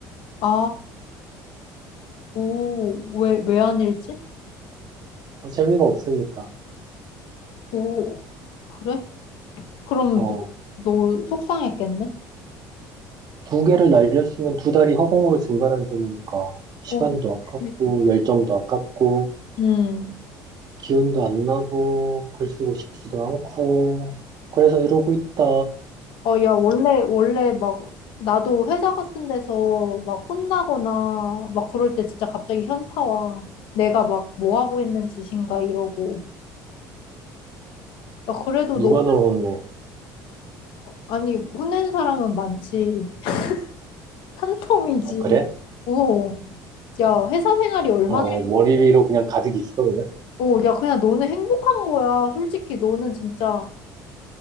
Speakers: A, on the left (about 70°); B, on the right (about 50°).
A: 아, 오, 왜, 왜 안 일지?
B: 어, 재미가 없으니까.
A: 오, 그래? 그럼
B: 어,
A: 너 속상했겠네?
B: 두 개를 날렸으면 두 달이 허공으로 증발한 셈이니까 시간도
A: 오,
B: 아깝고
A: 그치.
B: 열정도 아깝고
A: 음.
B: 기운도 안 나고, 글 쓰고 싶지도 않고, 그래서 이러고 있다.
A: 어, 야, 원래, 원래 막, 나도 회사 같은 데서 막 혼나거나 막 그럴 때 진짜 갑자기 현타 와. 내가 막 뭐 하고 있는 짓인가 이러고. 야, 그래도
B: 누가
A: 너무,
B: 널 혼내?
A: 아니, 혼낸 사람은 많지. <laughs> 산더미지.
B: 아, 그래?
A: 오. 야, 회사 생활이 얼마나,
B: 어, 머리 위로 그냥 가득 있어, 그냥?
A: 오, 야, 그냥 너는 행복한 거야. 솔직히 너는 진짜,